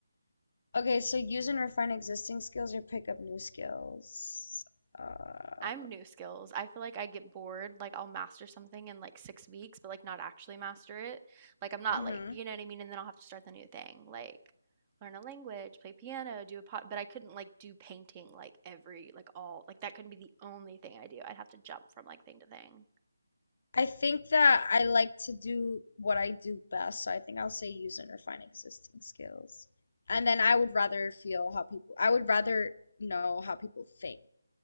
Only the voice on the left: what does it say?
Okay, so use and refine existing skills or pick up new skills. Uh,
hmm
I think that I like to do what I do best, so I think I'll say use and refine existing skills. And then I would rather feel how people, I would rather know how people think.